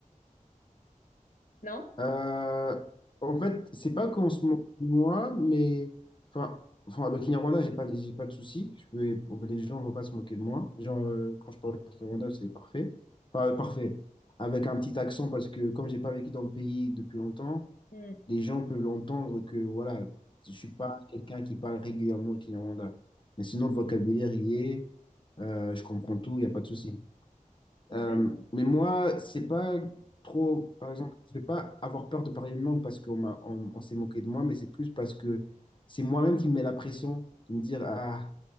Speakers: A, on the left (about 75°); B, on the left (about 35°).
A: non?
B: Euh, en fait, c'est pas qu'en ce moment, moi, mais enfin, enfin, le Kinyarwanda, j'ai pas, j'ai pas de souci. Je peux, pour- les gens vont pas se moquer de moi. Les gens, euh, quand je parle Kinyarwanda, c'est parfait. Enfin, euh, parfait. Avec un petit accent, parce que comme j'ai pas vécu dans le pays depuis longtemps,
A: Hmm.
B: les gens peuvent l'entendre que voilà, je suis pas quelqu'un qui parle régulièrement le Kinyarwanda. Mais sinon, le vocabulaire y est, euh, je comprends tout, il n'y a pas de souci. Euh,
A: D'accord.
B: mais moi, c'est pas trop, par exemple, je vais pas avoir peur de parler une langue parce qu'on m'a, on, on s'est moqué de moi, mais c'est plus parce que c'est moi-même qui me mets la pression de me dire, ah,